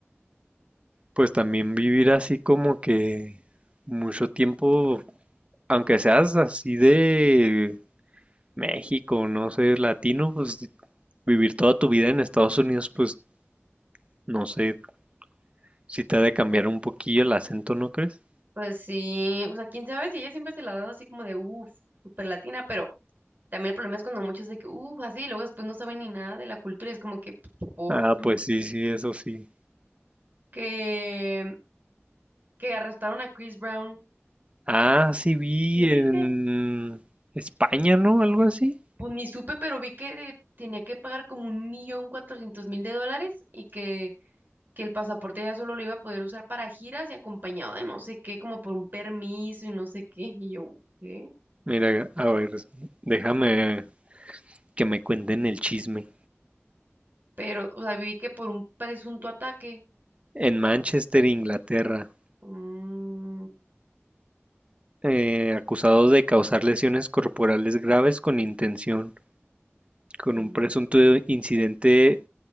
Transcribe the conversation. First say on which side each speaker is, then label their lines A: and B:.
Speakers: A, on the right; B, on the right.
A: Pues también vivir así como que mucho tiempo, aunque seas así de México, no sé, latino, pues vivir toda tu vida en Estados Unidos, pues no sé, si te ha de cambiar un poquillo el acento, ¿no crees?
B: Pues sí, o sea, quién sabe si ella siempre se la ha dado así como de, uff, super latina, pero también el problema es cuando muchos de que, uff, así, y luego después no saben ni nada de la cultura, es como que, pues, por,
A: Ah,
B: Mm.
A: pues sí, sí, eso sí.
B: que, que arrestaron a Chris Brown,
A: Ah, sí vi
B: ¿sí viste?
A: en España, ¿no? Algo así.
B: Pues ni supe, pero vi que tenía que pagar como un millón cuatrocientos mil de dólares y que que el pasaporte ya solo lo iba a poder usar para giras y acompañado de no sé qué, como por un permiso y no sé qué. Y yo, ¿qué?
A: Mira, a ver, déjame que me cuenten el chisme.
B: Pero, o sea, vi que por un presunto ataque.
A: En Manchester, Inglaterra.
B: Mm,
A: eh, acusados de causar lesiones corporales graves con intención, con
B: mm.
A: un presunto
B: O
A: incidente